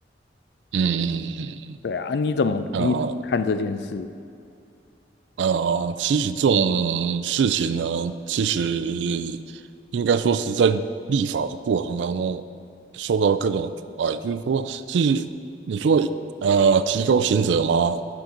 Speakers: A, on the right (about 80°); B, on the left (about 65°).
A: 嗯嗯
B: 对啊，啊你怎么你怎么看这件事？
A: 嗯啊。呃，其实这种事情呢，其实应该说是在立法的过程当中受到各种阻碍。就是说，其实你说呃提高刑责吗？